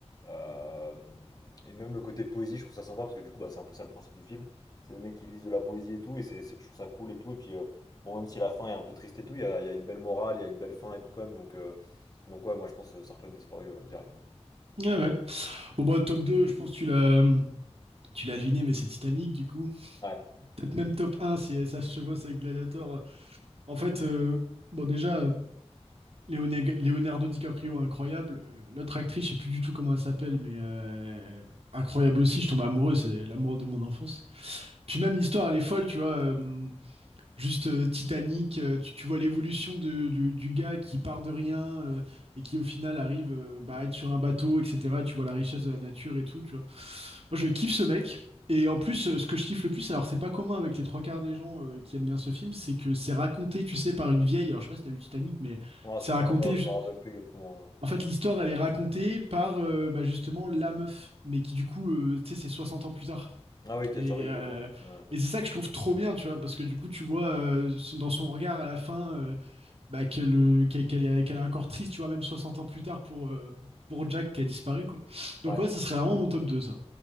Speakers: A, on the left; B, on the right.
A: Euh, et même le côté poésie, je trouve ça sympa, parce que du coup, bah, c'est un peu ça le principe du film. C'est des mecs qui lisent de la poésie et tout, et c'est, c'est- je trouve ça cool et tout. Et puis, euh, bon, même si la fin est un peu triste et tout, il y a, il y a une belle morale, il y a une belle fin et tout quand même. Donc, euh, donc ouais, moi je pense euh, Sarclot disparu euh, direct. Ouais.
B: Ah ouais. Bon, bah, top 2 je pense que tu l'as. Tu l'as deviné, mais c'est Titanic, du coup.
A: Ouais.
B: Peut-être même top un si ça se chevauche avec Gladiator. En fait, euh, bon, déjà, euh, Léoné- Leonardo DiCaprio, incroyable. Euh, L'autre actrice, je sais plus du tout comment elle s'appelle, mais euh, incroyable aussi. Je tombe amoureux, c'est l'amour de mon enfance. Puis même l'histoire, elle est folle, tu vois. euh, juste euh, titanique. euh, tu, tu vois l'évolution de- du, du gars qui part de rien euh, et qui au final arrive euh, bah, à être sur un bateau, etc. Et tu vois la richesse de la nature et tout, tu vois. Moi, je kiffe ce mec. Et en plus, euh, ce que je kiffe le plus, alors c'est pas commun avec les trois quarts des gens euh, qui aiment bien ce film, c'est que c'est raconté, tu sais, par une vieille. Alors je sais pas si t'as vu Titanic, mais
A: Non,
B: c'est
A: ça
B: raconté.
A: fait longtemps, je
B: je-
A: me rappelle plus exactement. euh.
B: En fait, l'histoire, elle est racontée par euh, bah, justement la meuf, mais qui du coup, euh, tu sais, c'est 60 ans plus tard.
A: Ah oui, qui
B: Et,
A: a survécu,
B: euh,
A: ouais. Ouais,
B: et c'est ça que je trouve trop bien, tu vois, parce que du coup, tu vois euh, son- dans son regard à la fin euh, bah, qu'elle euh, qu'elle qu'elle est, qu'elle est encore triste, tu vois, même 60 ans plus tard pour, euh, pour Jack qui a disparu, quoi. Donc
A: ouais.
B: ouais, ça serait vraiment mon top deux, ça.